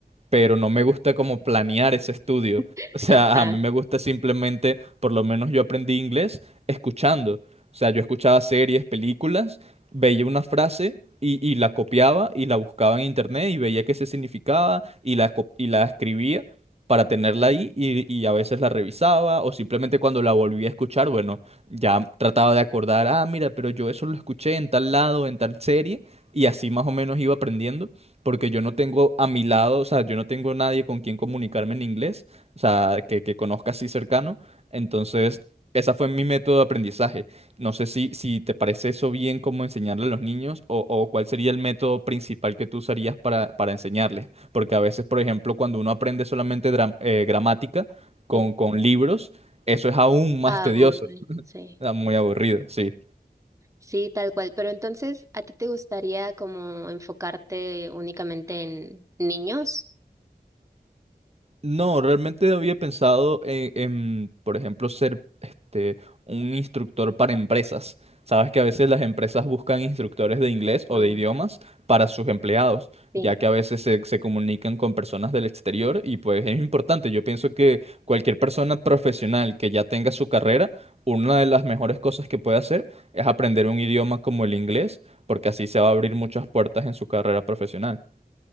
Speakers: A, on the right; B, on the right.
A: pero no me gusta como planear ese estudio.
B: <laughs>
A: O sea,
B: Ajá,
A: <laughs> a mí me gusta simplemente, por lo menos yo aprendí inglés escuchando. O sea, yo escuchaba series, películas, veía una frase y, y la copiaba y la buscaba en internet y veía qué se significaba y la, co- y la escribía para tenerla ahí y, y a veces la revisaba o simplemente cuando la volví a escuchar, bueno, ya trataba de acordar, ah, mira, pero yo eso lo escuché en tal lado, en tal serie y así más o menos iba aprendiendo porque yo no tengo a mi lado, o sea, yo no tengo nadie con quien comunicarme en inglés, o sea, que, que conozca así cercano. Entonces, esa fue mi método de aprendizaje. No sé si, si te parece eso bien como enseñarle a los niños o, o cuál sería el método principal que tú usarías para, para enseñarles. Porque a veces, por ejemplo, cuando uno aprende solamente dra- eh, gramática con,
B: sí.
A: con libros, eso es aún más
B: Aburre,
A: tedioso,
B: sí.
A: ah, muy aburrido, sí.
B: Sí, tal cual. Pero entonces, ¿a ti te gustaría como enfocarte únicamente en niños?
A: No, realmente había pensado en, en, por ejemplo, ser este, un instructor para empresas. Sabes que a veces las empresas buscan instructores de inglés o
B: Ah,
A: de idiomas para sus empleados,
B: Sí.
A: ya que a veces se, se comunican con personas del exterior y pues es importante. Yo pienso que cualquier persona profesional que ya tenga su carrera, una de las mejores cosas que puede hacer es aprender un idioma como el inglés, porque así se va a abrir muchas puertas en su carrera profesional.